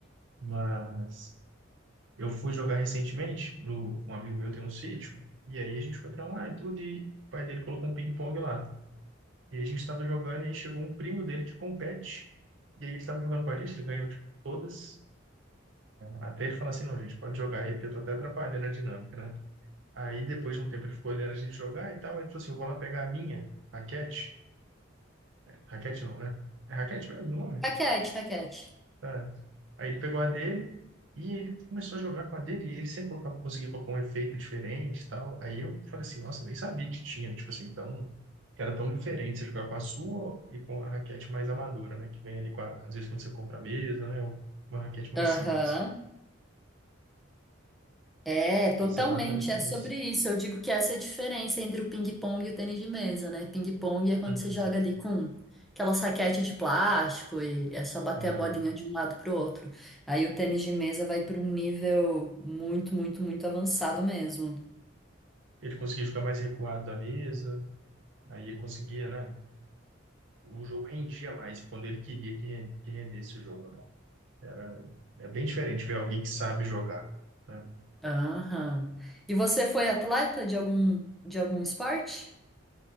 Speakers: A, on the right; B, in the centre.
A: Mas eu fui jogar recentemente, no, um amigo meu tem um sítio, e aí a gente foi pra lá e tudo, e o pai dele colocou um ping-pong lá. E a gente tava jogando e aí chegou um primo dele que compete, e aí ele tava jogando com a gente, ele ganhou, tipo, todas, Até ele falar assim, não, gente, pode jogar aí, porque eu tô até atrapalhando a dinâmica, né? Aí depois de um tempo ele ficou olhando a gente jogar e tal, ele falou assim, eu vou lá pegar a minha, raquete. Raquete não, né? É raquete mesmo o nome?
B: Raquete, raquete.
A: Tá. Aí ele pegou a dele e ele começou a jogar com a dele, e ele sempre colocava, conseguia colocar um efeito diferente e tal. Aí eu falei assim, nossa, nem sabia que tinha, tipo assim, tão... que Era tão diferente você jogar com a sua e com a raquete mais amadora, né? Que vem ali, com a- às vezes, quando você compra a mesa, né? Uma raquete mais
B: Aham.
A: simples.
B: É, totalmente,
A: Isso é bacana demais.
B: é sobre isso. Eu digo que essa é a diferença entre o ping-pong e o tênis de mesa, né? Ping-pong é quando
A: Uhum.
B: você joga ali com aquela raquete de plástico e é só bater
A: É.
B: a bolinha de um lado pro outro. Aí o tênis de mesa vai para um nível muito, muito, muito avançado mesmo.
A: Ele conseguia jogar mais recuado da mesa, aí ele conseguia, né? O jogo rendia mais quando ele queria que ren- que rendesse o jogo, né? Era, é bem diferente ver alguém que sabe jogar, né?
B: Aham. E você foi atleta de algum, de algum esporte?